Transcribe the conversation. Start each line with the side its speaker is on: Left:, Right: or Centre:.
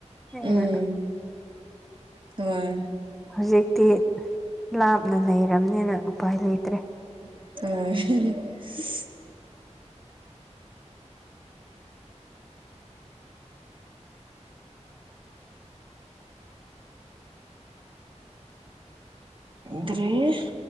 Centre: ꯍꯦꯟꯅ
Right: ꯎꯝ ꯍꯣꯏ
Centre: ꯍꯧꯖꯤꯛꯇꯤ ꯂꯥꯞꯅ ꯂꯩꯔꯕꯅꯤꯅ ꯎꯄꯥꯏ ꯂꯩꯇ꯭ꯔꯦ
Right: ꯎꯝ ꯍꯨ ꯍꯨ ꯗ꯭ꯔꯤꯁ